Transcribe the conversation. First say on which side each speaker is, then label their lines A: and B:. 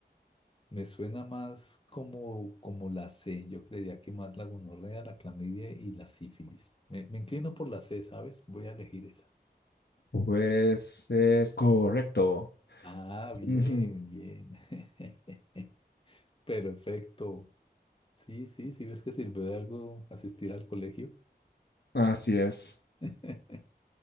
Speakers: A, on the left; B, on the left.
A: Me suena más como, como la C, yo creería que más la gonorrea, la clamidia y la sífilis. Me, me inclino por la C, ¿sabes? Voy a elegir esa.
B: Pues es correcto.
A: Ah, bien,
B: Ujú,
A: bien. <laughs> Perfecto. Sí, sí, sí ves que sirvió de algo asistir al colegio.
B: Así es.
A: <laughs>